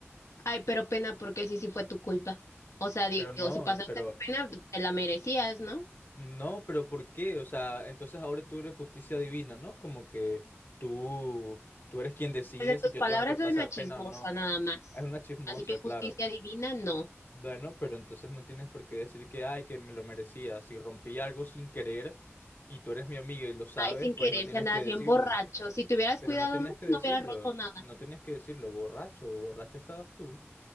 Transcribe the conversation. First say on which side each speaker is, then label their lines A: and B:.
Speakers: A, on the left; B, on the left.
A: Ay, pero pena porque sí, sí fue tu culpa. O sea, digo,
B: Pero no,
A: si pasaste
B: pero
A: pena, te la merecías, ¿no?
B: No, pero ¿por qué? O sea, entonces ahora tú eres justicia divina, ¿no? Como que tú, tú eres quien decide
A: Pues en
B: si
A: tus
B: yo
A: palabras
B: tengo que pasar
A: soy una chismosa
B: pena o no.
A: nada más.
B: Es una chismosa,
A: Así que justicia
B: claro.
A: divina, no.
B: Bueno, pero entonces no tienes por qué decir que, ay, que me lo merecía. Si rompí algo sin querer y tú eres mi amiga y lo sabes,
A: Ay, sin
B: pues
A: querer,
B: no tienes
A: si andabas
B: que decirlo.
A: bien borracho. Si te hubieras
B: Pero
A: cuidado
B: no tenías
A: más,
B: que
A: no
B: decirlo,
A: hubieras roto nada.
B: no tenías que decirlo, borracho, borracho estabas tú.